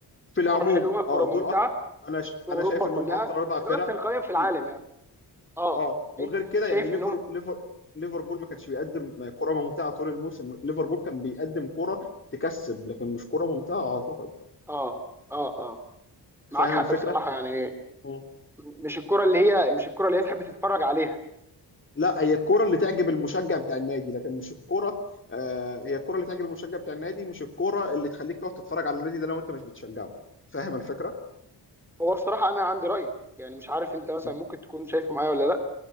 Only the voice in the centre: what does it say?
كوره حلوه كوره
ممتعه
في اوروبا
كلها
الوقت
القيم في
العالم يعني اه
انت
شايف
انهم
اه اه اه معاك
حق
بصراحه يعني
مش الكرة اللي هي مش الكرة اللي هي تحب تتفرج عليها
هو بصراحة أنا عندي رأي يعني مش عارف أنت مثلا
ممكن تكون شايفه معايا ولا لأ